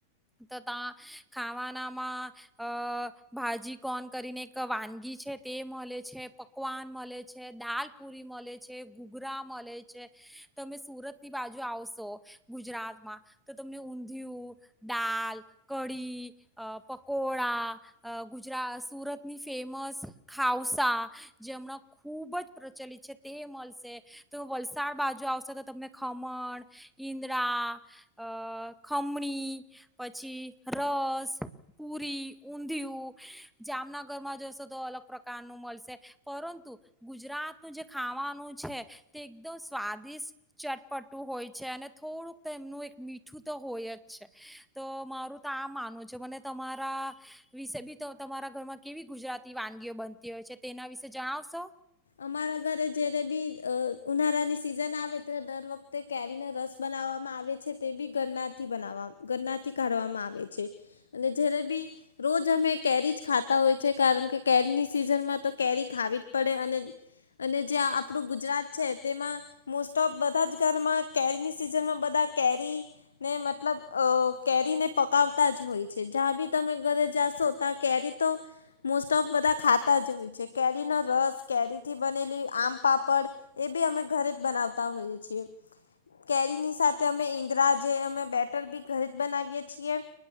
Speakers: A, in the centre; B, on the left.
A: તો ત્યાં ખાવાનામાં અ ભાજી કોન કરીને એક વાનગી છે તે મળે છે પકવાન મળે છે દાલ પુરી મળે છે ઘૂઘરા મળે છે તમે સુરતની બાજુ આવશો ગુજરાતમાં તો તમને ઊંધિયું દાલ કઢી અ પકોડા ગુજરા સુરતની ફેમસ ખઉસા જે હમણાં ખુબ જ પ્રચલિત છે તે મળશે તો વલસાડ બાજુ આવશે તો તમને ખમણ ઈન્દરાા અ ખમણી પછી રસ પુરી ઊંધિયું જામનગરમાં જોશો તો અલગ પ્રકારનું મળશે પરંતુ ગુજરાતનું જે ખાવાનું છે તે એકદમ સ્વાદિષ્ટ ચટપટું હોય છે અને થોડુંક એનું એક મીઠું તો હોય જ છે તો મારું તો આ માનવું છે મને તમારા વિશે બી તમારા ઘરમાં કેવી ગુજરાતી વાનગી બનતી હોય છે તેના વિશે જણાવશો.
B: અમારા ઘરે જ્યારે બી અ
A: જેથી
B: ઉનાળાની સિઝન
A: રોજ
B: આવે ત્યારે દર વખતે કેરીને રસ બનાવવામાં આવે છે તે બી ગનાથી બનાવ ગનાથી કાઢવામાં આવે છે અને જ્યારે બી રોજ અમે કેરીજ ખાતા હોય છે કારણ કે કેરીની સિઝનમાં તો કેરી ખાવી જ પડે અને. અને જે આપડું ગુજરાત છે તેમાં મોસ્ટ ઓફ બધા જ ઘરમાં કેરીની સિઝનમાં બધા કેરી ને મતલબ અ કેરીને પકાવતા જ હોય છે જ્યાં બી તમે ઘરે જાશો ત્યાં કેરી તો મોસ્ટ ઓફ બધા ખાતા જ હોય છે કેરીનો રસ કેરી. થી બનેલી આમ પાપડ એ બી અમે ઘરે જ બનાવતા હોઈએ છીએ કેરીની સાથે અમે ઇદરા જે અમે બેટર બી ઘરે જ બનાવીએ છીએ